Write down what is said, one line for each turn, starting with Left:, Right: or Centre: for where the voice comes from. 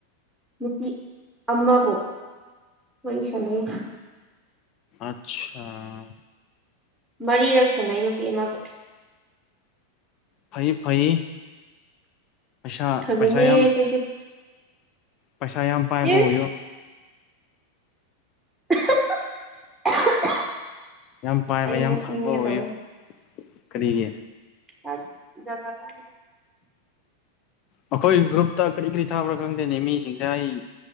Centre: ꯅꯨꯄꯤ ꯑꯃꯕꯨ ꯋꯥꯔꯤ ꯁꯥꯟꯅꯩ
Left: ꯑꯆꯥꯥ
Centre: ꯃꯔꯤꯔꯛ ꯁꯅꯩ ꯅꯨꯄꯤ ꯑꯃꯕꯨ
Left: ꯐꯩ ꯐꯩ ꯄꯩꯁꯥ
Centre: ꯐꯕꯅꯦ
Left: ꯄꯩꯁꯥ ꯌꯥꯝ
Centre: ꯑꯩꯈꯣꯏꯗꯤ
Left: ꯄꯩꯁꯥ ꯌꯥꯝ ꯄꯥꯏꯕ
Centre: ꯏꯁ
Left: ꯑꯣꯏꯌꯣ
Centre: <unintelligible>
Left: ꯌꯥꯝ ꯄꯥꯏꯕ
Centre: ꯑꯩ
Left: ꯌꯥꯝ
Centre: ꯅꯣꯛꯅꯤꯡꯒꯦ
Left: ꯐꯪꯕ ꯑꯣꯏꯌꯨ
Centre: ꯇꯧꯋꯦ
Left: ꯀꯔꯤꯒꯤ
Centre: <unintelligible>
Left: ꯑꯩꯈꯣꯏ ꯒ꯭ꯔꯨꯞꯇ ꯀꯔꯤ ꯀꯔꯤ ꯊꯥꯕ꯭ꯔꯥ ꯈꯪꯗꯦꯅꯦ ꯃꯤꯁꯤꯡꯁꯦ ꯑꯩ